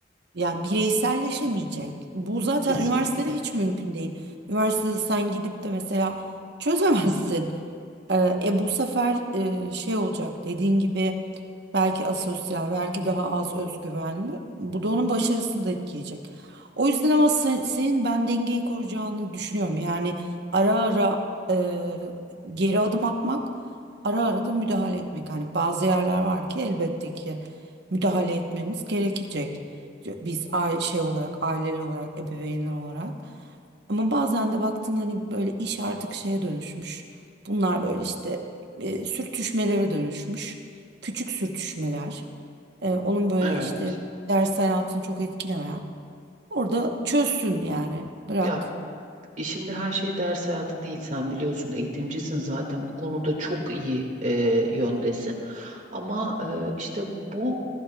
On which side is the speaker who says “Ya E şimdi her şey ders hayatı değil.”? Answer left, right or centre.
Right